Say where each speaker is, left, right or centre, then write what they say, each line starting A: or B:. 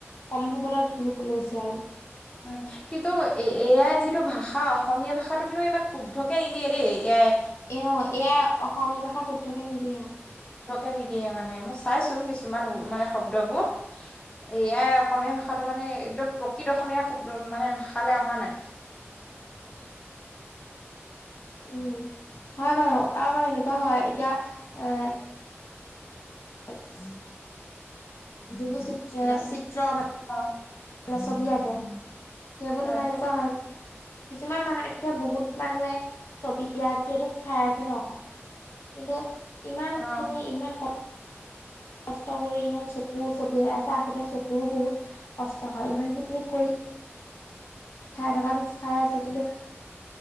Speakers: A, on the left; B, on the left.
A: কম হ'বলত লৈছে আৰু।
B: উম কিন্তু এ এ আই যিটো ভাষা অসমীয়া ভাষাটো কিন্তু ইমান শুদ্ধকে নিদিয়ে দেই A I.
A: A O A I অসমীয়া ভাষা শুদ্ধকে নিদিয়ে অ।
B: শকে নিদিয়ে মানে মই চাইছো কিছুমান মানে শব্দবোৰ এ আই অসমীয়া ভাষাটো মানে একদম প্ৰকৃত অসমীয়া শব্দ মানে ভাষালৈ অহা নাই।
A: <inaudible> উম, হয় বাৰু আৰু আমাৰ এনেকুৱা হয় এতিয়া এ হয়। যিবোৰ চি
B: হেল্ল'
A: চিত্ৰ আ
B: অ
A: মানে ছবি আঁকে, সেইবোৰ
B: হয়
A: তোমাৰ এনেকুৱা হয় কিছুমান মানুহ এতিয়া বহুত মানুহে ছবি আঁকিটো খাই আছে ন। কিন্তু ইমান
B: অ
A: খিনি ইমান ক কষ্ট কৰি ইমান চকুৰ ছবি এটা আকোতে চকুৰো বহুত কষ্ট হয়। ইমান খিনি কৰি খাই থকা পিছ খাই আছে কিন্তু